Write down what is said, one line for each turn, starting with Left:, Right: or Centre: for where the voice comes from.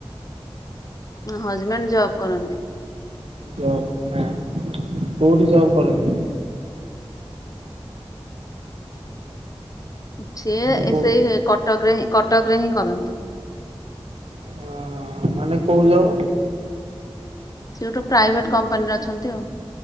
Left: ହଜବେଣ୍ଡ ଜବ୍ କରନ୍ତି?
Right: ଜବ ନା କୋଉଠି ଜବ୍ କରନ୍ତି?
Left: ସିଏ
Right: ନା କୋଉ
Left: ଏ ସେଇ କଟକରେ ହ କଟକରେ ହିଁ କରନ୍ତି।
Right: ହଁ ମାନେ କୋଉଁ ଯବ?
Left: ସେ ଗୋଟେ ପ୍ରାଇଭେଟ କମ୍ପାନୀରେ ଅଛନ୍ତି ଆଉ।